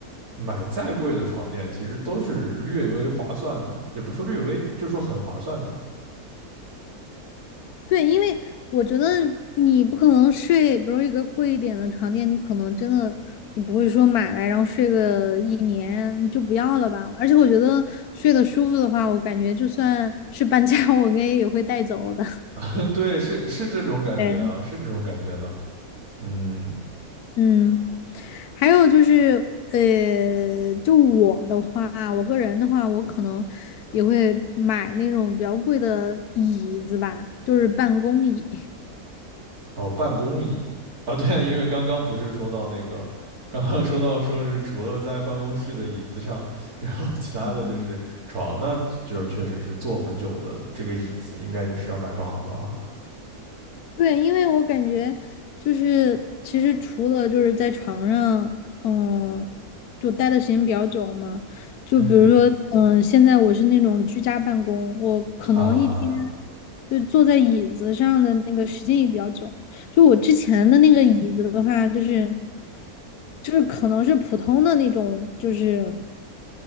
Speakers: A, on the right; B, on the left.
A: 买再贵的床垫，其实都是略微划算的，也不是说略微，就是说很划算的
B: 对，因为我觉得你不可能睡，比如一个贵一点的床垫，你可能真的你不会说买来然后睡个一年你就不要了吧。而且我觉得睡得舒服的话，我感觉就算是搬家，<laughs> 我应该也会带走的。
A: <laughs>。对，是是这种感觉啊，
B: 嗯。
A: 是这种感觉的。嗯，
B: 嗯，还有就是，呃，就我的话，我个人的话，我可能也会买那种比较贵的椅子吧，就是办公椅。
A: 然后办公椅啊，对，因为刚刚不是说到那个，刚刚说到说是除了在办公室的椅子上，然后其他的就是床，
B: 嗯
A: 那就是确实是坐很久的这个椅子，应该也是要买个好的啊。
B: 对，因为我感觉就是，其实除了就是在床上，嗯，就待的时间比较久嘛，就比如说，
A: 嗯
B: 嗯，现在我是那种居家办公，我可能一天
A: 啊，
B: 就坐在椅子上的那个时间也比较久。就我之前的那个椅子的话，就是就是可能是普通的那种，就是